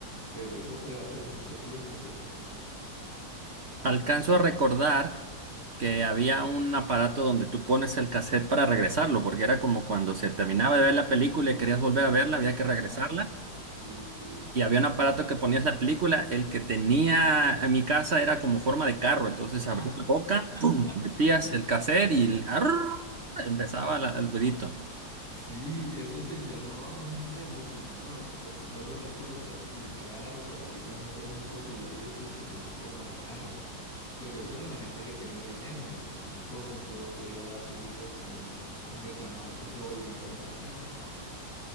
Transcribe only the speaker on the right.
Alcanzo a recordar que había un aparato donde tú pones el cassette para regresarlo, porque era como cuando se
terminaba de ver la película y querías volver a verla, había que regresarla.
Y había un aparato que ponías la película, el que tenía en mi casa era como forma de carro, entonces
abrías la
boca, ¡pum! metías
el cassette y el arr, empezaba la- el ruidito.